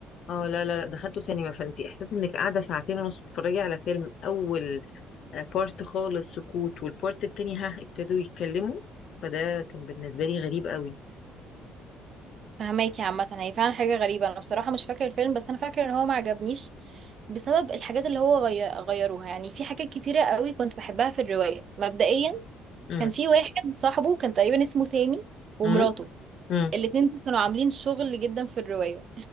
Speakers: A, on the left; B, on the right.
A: اه لا لا لا دخلته سينما فانت احساس انك قاعده ساعتين ونص بتتفرجي على فيلم اول بارت خالص سكوت والبارت التاني ها ابتدوا يتكلموا فده كان بالنسبة لي غريب قوي
B: فهماكي عامه هي فعلا حاجه غريبه انا بصراحه مش فاكره الفيلم بس انا فاكره ان هو ما عجبنيش بسبب الحاجات اللي هو غي- غيروها يعني في حاجات كتيره قوي كنت بحبها في الروايه مبدئيا
A: امم
B: كان في واحد صاحبه كان تقريبا اسمه سامي ومراته
A: امم امم
B: الاتنين دول كانوا عاملين شغل جدا في الروايه